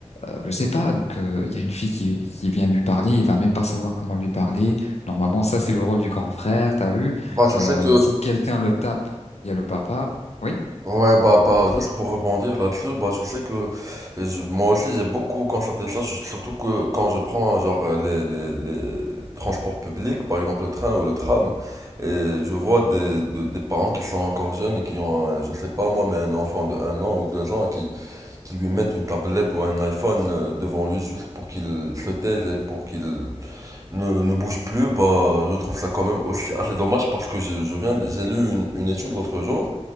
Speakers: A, on the left; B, on the right.
A: euh, je sais pas, donc, euh, il y a une fille qui, qui vient lui parler, il va même pas savoir comment lui parler. Normalement, ça, c'est le rôle du grand frère, t'as vu?
B: Bah tu
A: Euh,
B: sais que
A: si quelqu'un le tape, il y a le papa. Oui?
B: Ouais, bah, bah, juste pour rebondir là-dessus, bah, je sais que je- moi aussi j'ai beaucoup constaté ça, je- surtout que quand je prends genre euh, les, les, les transports publics, par exemple le train ou le tram, et je vois des, de- des parents qui sont encore jeunes et qui ont, un- je sais pas moi, mais un enfant de un an ou deux ans qui, qui lui mettent une tablette ou un iPhone euh, devant lui juste pour qu'il se taise et pour qu'il ne, ne bouge plus, bah, je trouve ça quand même aussi assez dommage parce que je, je viens, j'ai lu une, une étude l'autre jour